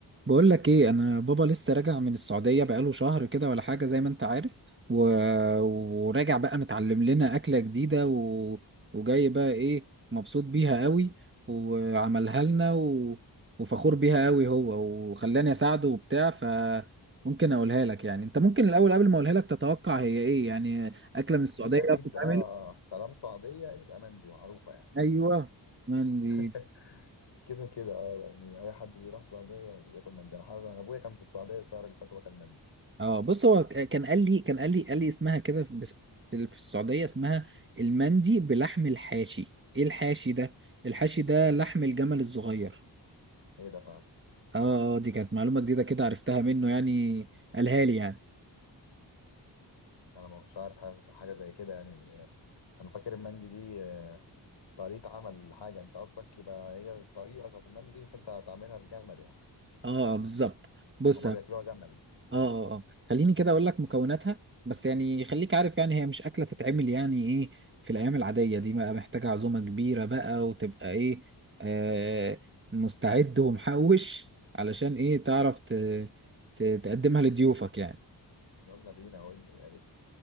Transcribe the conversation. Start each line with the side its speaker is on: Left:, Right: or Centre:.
Right: بقول لك ايه انا بابا لسه راجع من السعوديه بقاله شهر كده ولا حاجه زي ما انت عارف و... وراجع بقى متعلم لنا اكله جديده و... وجاي بقى ايه مبسوط بيها قوي وعملها لنا و... وفخور بيها قوي هو وخلاني اساعده وبتاع فممكن اقولها لك يعني انت ممكن الاول قبل ما اقولها لك تتوقع هي ايه يعني اكله من
Left: اكيد
Right: السعوديه
Left: اكيد
Right: بتتعمل
Left: اه طالما سعوديه يبقى مندي معروفه يعني
Right: ايوه مندي
Left: <laughs> كده كده اه يعني اي حد بيروح السعوديه بياكل مندي انا حاسس انا ابويا كان في السعوديه الشهر اللي فات وكل مندي
Right: اه بص هو ك- كان قال لي كان قال لي قال لي اسمها كده في بس- في ال- في السعودية اسمها المندي بلحم الحاشي ايه الحاشي ده الحاشي ده لحم الجمل الصغير
Left: ايه ده فعلا
Right: اه اه دي كانت معلومة جديدة كده عرفتها منه يعني قالها لي يعني
Left: انا ما كنتش عارف حاجه حاجة زي كده يعني آه، انا فاكر المندي دي آه، طريقه عمل حاجه انت قصدك يبقى هي الطريقه بتاعت المندي دي بس انت هتعملها في جمل يعني
Right: اه آه، بالظبط بص
Left: هما بياكلوها جمل
Right: اه اه اه خليني كده اقول لك مكوناتها بس يعني خليك عارف يعني هي مش اكله تتعمل يعني ايه في الايام العاديه دي بقى محتاجه عزومه كبيره بقى وتبقى ايه آه مستعد ومحوش علشان ايه تعرف ت... ت... تقدمها لضيوفك يعني
Left: يلا بينا قول لي يا ريت